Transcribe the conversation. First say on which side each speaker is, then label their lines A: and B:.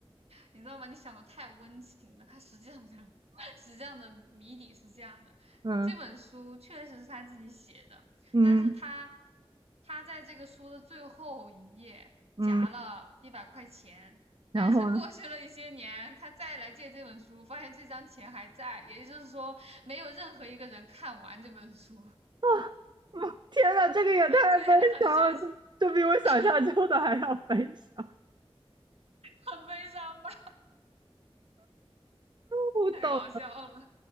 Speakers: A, on the right; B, on the right.
A: 你知道吗？你想的太温情了，它实际上的 <laughs> 实际上的谜底是这样的：
B: 样
A: 这本书确实是他自己写的，
B: 嗯嗯
A: 但是他他在这个书的最后一页夹了一百块钱，
B: 嗯，
A: 但是过去了一些年，
B: 然后呢？
A: 他再来借这本书，发现这张钱还在，也就是说，没有任何一个人看完这本书，
B: 啊，天呐，这个也太悲伤了，
A: <laughs> 所以他就很伤心，
B: 这这比我想象中的还要悲伤。
A: <laughs> 很悲伤吧？
B: 不懂，
A: 太搞笑了，